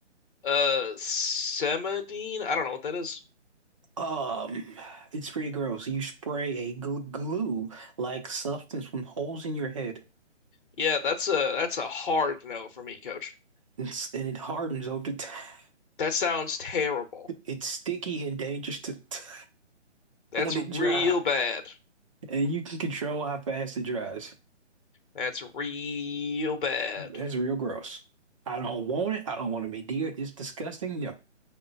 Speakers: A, on the left; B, on the right.
A: uh Semadine I don't know what that is
B: Um, it's pretty gross. You spray a gl glue-like substance from holes in your head,
A: yeah that's a that's a hard no for me coach
B: it's, and it hardens over time. <laughs>
A: That sounds terrible.
B: It's sticky and dangerous to the touch
A: That's
B: <laughs> when
A: real
B: it dries,
A: bad.
B: and you can control how fast it dries.
A: That's real bad.
B: That's real gross. I don't want it. I don't want to be near it. It's disgusting. No.